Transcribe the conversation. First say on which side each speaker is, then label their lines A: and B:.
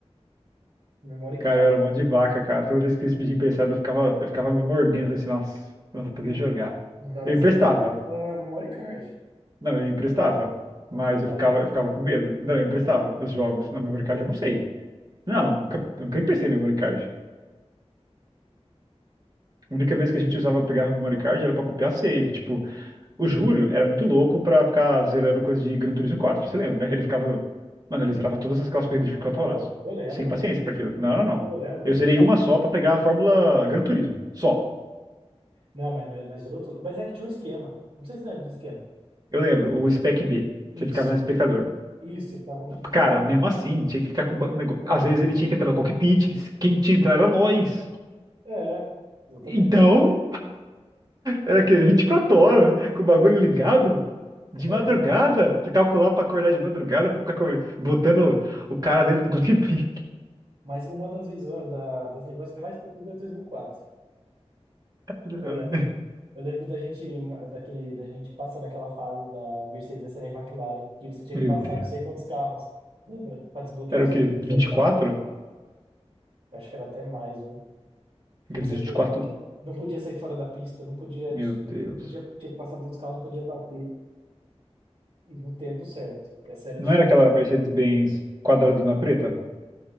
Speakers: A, on the right; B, on the right.
A: Memory card.
B: Cara, eu era mão de vaca, cara. Toda vez que eles pediam emprestado, eu ficava, eu ficava me mordendo, falei assim, nossa, não vou
A: O
B: poder
A: que não,
B: jogar.
A: não dava
B: Eu emprestava.
A: certo era a memory card.
B: Não, eu emprestava. Mas
A: Memory card?
B: eu ficava, eu ficava com medo. Não, eu emprestava os jogos. Na memory card eu não sei. Não,
A: Ah,
B: nunca, nunca emprestei memory card. A única vez que a gente usava pegar memory card era pra copiar save. Tipo, O Júlio era muito louco pra ficar zerando coisa de Gran Turismo 4, você lembra, né? Ele ficava. Mano, ele zerava todas essas aquelas corridas de 24
A: ah,
B: horas.
A: eu lembro.
B: Sem paciência pra aquilo. Não, não, não.
A: Eu lembro.
B: Eu zerei
A: Não,
B: uma só pra pegar a Fórmula Gran Turismo. Só.
A: não, mas nós, nós zerou tudo. Mas é que tinha um esquema. Não sei se lembra do esquema.
B: Eu lembro, o Spec B.
A: Isso,
B: Você ficava no espectador.
A: isso, você tava no computador.
B: Cara, mesmo assim, tinha que ficar com o negócio. Às vezes ele tinha que entrar no cockpit, quem tinha que entrar era nós.
A: É, exatamente.
B: Então, era que 24 horas com o bagulho ligado. De
A: É,
B: madrugada, pra calcular pra acordar de madrugada, pra ficar co- botando o cara dentro do cockpit.
A: mas uma das, visões, das lembranças que eu mais tenho é do Gran Turismo quatro
B: Meu
A: Eu lembro. Eu lembro da gente daquele da gente passar naquela fase da Mercedes SL McLaren, que você tinha
B: Deus.
A: que passar não sei quantos carros, lembra? Para desbloquear
B: Era
A: os
B: o quê?
A: Mercedes.
B: Vinte e quatro?
A: Eu acho que era até mais, viu?
B: Ingresso
A: E você não
B: 24?
A: podia, não podia sair fora da pista, não podia,
B: Meu Deus.
A: não podia, tinha que passar dos carros, não podia bater e no tempo certo. Essa era
B: Não
A: difícil.
B: era aquela Mercedes-Benz quadradona preta?